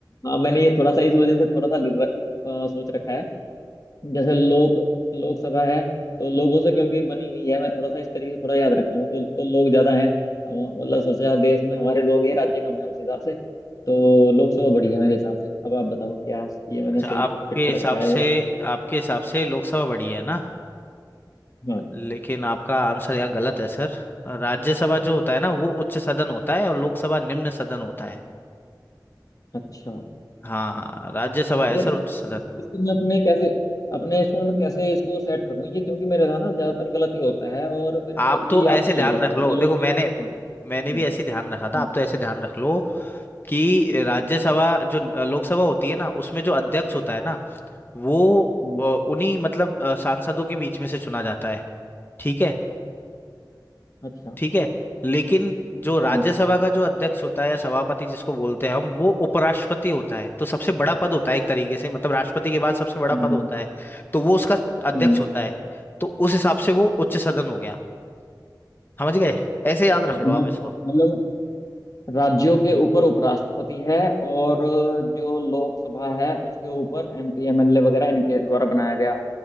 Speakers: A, on the left; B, on the left.
A: हाँ मैंने ये थोड़ा सा इस वजह से थोड़ा सा र- अ, सोच रखा है जैसे लोक लोकसभा है तो लोगों से क्योंकि बनी हुई है मैं थोड़ा सा इस तरीके से थोड़ा याद रखता हूँ तो, तो लोग ज्यादा हैं हम- मतलब सोचे आप देश में हमारे लोग हैं राज्य कम है उस हिसाब से तो लोकसभा बड़ी है मेरे हिसाब से अब आप बताओ क्या ये मैंने
B: अच्छा
A: सही
B: आपके
A: फिट कर
B: हिसाब
A: रखा है
B: से
A: या-
B: आपके हिसाब से लोकसभा बड़ी है ना
A: हाँ
B: लेकिन आपका आंसर यहाँ गलत है सर राज्यसभा जो होता है ना वो उच्च सदन होता है और लोकसभा निम्न सदन होता है
A: अच्छा
B: हाँ राज्यसभा
A: यार
B: है सर
A: इस-
B: उच्च सदन
A: इसको मैं अपने कैसे अपने इसमें मैं कैसे इसको सेट करूं ये क्योंकि मेरे साथ ना ज्यादातर गलत ही होता है और मेरे को
B: आप
A: ये
B: तो
A: याद
B: ऐसे
A: तो यही
B: ध्यान
A: रहता
B: रख
A: है
B: लो
A: कि
B: देखो
A: लोग
B: मैंने
A: सब है तो पढ़ो हम्म
B: मैंने भी ऐसे ध्यान रखा
A: हम्म
B: था आप तो ऐसे ध्यान रख लो कि राज्यसभा
A: हम्म
B: जो लोकसभा होती है ना उसमें जो अध्यक्ष होता है ना वो
A: हम्म, हम्म,
B: अ, उन्हीं मतलब अ, सांसदों के बीच में से चुना जाता है ठीक है
A: अच्छा
B: ठीक है लेकिन जो राज्यसभा
A: हम्म
B: का जो अध्यक्ष होता है या सभापति जिसको बोलते हैं हम वो उपराष्ट्रपति होता है तो सबसे बड़ा पद होता है एक तरीके से मतलब राष्ट्रपति के बाद सबसे बड़ा
A: हम्म
B: पद
A: हम्म
B: होता है तो वो उसका अध्यक्ष
A: हम्म,
B: होता है तो उस हिसाब से वो उच्च सदन हो गया समझ गए ऐसे याद
A: अच्छा
B: रख
A: मतलब
B: लो आप इसको
A: मतलब राज्यों के ऊपर उपराष्ट्रपति है और जो लोकसभा है उसके ऊपर एमपी एमएलए वगैरह इनके द्वारा बनाया गया